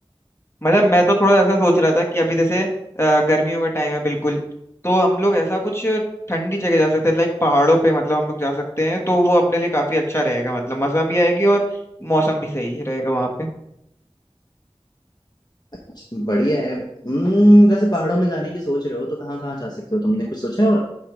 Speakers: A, on the left (about 25°); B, on the left (about 40°).
A: मतलब मैं तो थोड़ा ऐसा सोच रहा था कि अभी जैसे अ, गर्मियों का टाइम है बिल्कुल तो हम लोग ऐसा कुछ ठंडी जगह जा सकते हैं लाइक पहाड़ों पे मतलब हम लोग जा सकते हैं तो वो अपने लिए काफी अच्छा रहेगा मतलब मजा भी आएगी और मौसम भी सही रहेगा वहाँ पे
B: अच्छा, बढ़िया है हम्म वैसे पहाड़ों में जाने की सोच रहे हो तो कहाँ कहाँ जा सकते हो तुमने कुछ सोचा है और